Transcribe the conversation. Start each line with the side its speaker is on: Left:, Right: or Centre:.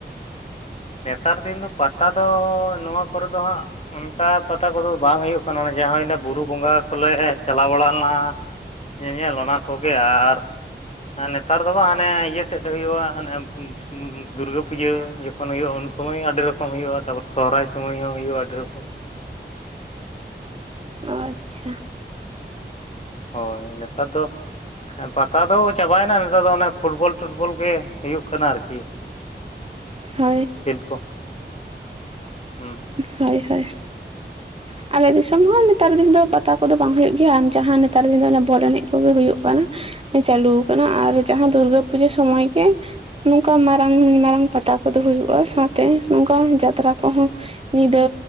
Left: ᱱᱮᱛᱟᱨ ᱫᱤᱱ ᱫᱚ ᱯᱟᱛᱟ ᱫᱚ ᱱᱚᱣᱟ ᱠᱚᱨᱮ ᱫᱚ ᱦᱟᱸᱜᱼᱼ ᱚᱱᱠᱟ ᱯᱟᱛᱟ ᱠᱚᱫᱚ ᱵᱟᱝ ᱦᱳᱭᱳᱜ ᱠᱟᱱᱟ᱾ <unintelligible> ᱡᱟ ᱦᱳᱭᱱᱟ ᱵᱩᱨᱩ ᱵᱚᱸᱜᱟ ᱠᱚ ᱞᱮᱼᱼ ᱪᱟᱞᱟᱣ ᱵᱟᱲᱟ ᱱᱟ᱾ ᱧᱮᱧᱮᱞ ᱚᱱᱟ ᱠᱚᱜᱮ ᱟᱨ, ᱱᱮᱛᱟᱨ ᱫᱚ ᱵᱟᱝ ᱦᱟᱱᱮ ᱤᱭᱟᱹ ᱥᱮᱫ ᱦᱳᱭᱳᱜᱼᱟ᱾ ᱦᱟᱱᱮᱼᱼ ᱫᱩᱨᱜᱟᱹ ᱯᱩᱡᱟᱹ <unintelligible> ᱛᱚᱠᱷᱚᱱ ᱦᱩᱭᱩᱜᱼᱟ ᱩᱱ ᱥᱩᱢᱚᱭ ᱟᱹᱰᱤ ᱨᱚᱠᱚᱢ ᱦᱩᱭᱩᱜᱼᱟ ᱾ ᱛᱟᱯᱚᱨ ᱥᱚᱦᱨᱟᱭ ᱥᱳᱢᱚᱭ ᱦᱚᱸ ᱦᱩᱭᱩᱜᱼᱟ, ᱟᱹᱰᱤ ᱨᱚᱠᱚᱢ᱾
Right: ᱟᱪᱪᱷᱟ᱾
Left: ᱦᱳᱭ, ᱱᱮᱛᱟᱨ ᱫᱚᱼᱼ ᱦᱮᱸ ᱯᱟᱛᱟ ᱫᱚ ᱪᱟᱵᱟᱭ ᱮᱱᱟ ᱱᱮᱛᱟᱨ ᱫᱚ ᱚᱱᱮ ᱯᱷᱩᱴᱵᱚᱞ ᱴᱩᱴᱵᱚᱞ ᱜᱮ ᱦᱩᱭᱩᱜ ᱠᱟᱱᱟ ᱟᱨᱠᱤ᱾
Right: ᱦᱳᱭ᱾
Left: ᱠᱷᱮᱞ ᱠᱚ, ᱦᱩᱸ᱾
Right: ᱦᱳᱭ, ᱦᱳᱭ᱾ ᱟᱞᱮ ᱫᱤᱥᱚᱢ ᱦᱚᱸ ᱱᱮᱛᱟᱨ ᱫᱤᱱ ᱫᱚ ᱯᱟᱛᱟ ᱠᱚᱫᱚ ᱵᱟᱝ ᱦᱳᱭᱳᱜ ᱜᱮᱭᱟ᱾ ᱟᱨ ᱡᱟᱦᱟᱸ ᱱᱮᱛᱟᱨ ᱫᱤᱱ ᱫᱚ ᱵᱚᱞ ᱮᱱᱮᱡᱽ ᱠᱚᱜᱮ ᱦᱳᱭᱳᱜ ᱠᱟᱱᱟ᱾ ᱪᱟᱹᱞᱩ ᱟᱠᱟᱱᱟ ᱟᱨ ᱡᱟᱦᱟᱸ ᱫᱩᱨᱜᱟᱹ ᱯᱩᱡᱟᱹ ᱥᱚᱢᱚᱭ ᱜᱮᱼᱼ ᱱᱚᱝᱠᱟ ᱢᱟᱨᱟᱝ, ᱢᱟᱨᱟᱝ ᱯᱟᱛᱟ ᱠᱚᱫᱚ ᱦᱩᱭᱩᱜᱼᱟ ᱾ ᱥᱟᱶᱛᱮ ᱱᱚᱝᱠᱟ ᱡᱟᱛᱨᱟ ᱠᱚᱦᱚᱸᱼᱼ ᱧᱤᱫᱟᱹ